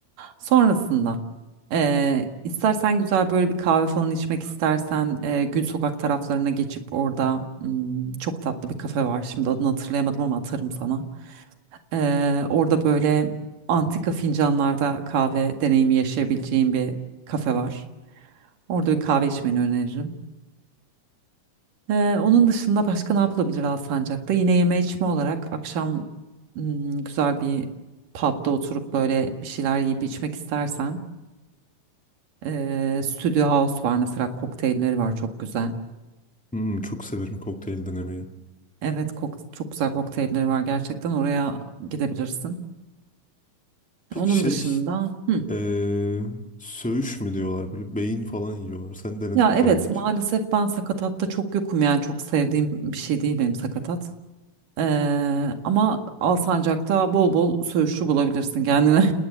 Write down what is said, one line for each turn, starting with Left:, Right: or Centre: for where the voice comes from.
Right: Sonrasında eee, istersen güzel böyle bir kahve falan içmek istersen eee Gül Sokak taraflarına geçip orada hmm, çok tatlı bir kafe var. Şimdi adını hatırlayamadım ama atarım sana. Eee, orada böyle antika fincanlarda kahve deneyimi yaşayabileceğin bir kafe var. Orada bir kahve içmeni öneririm. Eee, onun dışında başka ne yapılabilir Alsancak'ta? Yine yeme içme olarak akşam hmm, güzel bir pub'da oturup böyle bir şeyler yiyip içmek istersen. Ee, Studio House var mesela kokteylleri var çok güzel.
Centre: Hmm, çok severim kokteyl denemeyi.
Right: Evet kok çok güzel kokteylleri var gerçekten oraya gidebilirsin.
Centre: Peki
Right: Onun
Centre: şey,
Right: dışında hı.
Centre: e, söğüş mü diyorlar böyle beyin falan yiyorlar. Sen denedin
Right: Ya
Centre: mi
Right: evet
Centre: daha önce?
Right: maalesef ben sakatatta çok yokum yani çok sevdiğim bir şey değil benim sakatat. Ee, ama Alsancak'ta bol bol söğüşçü bulabilirsin kendine.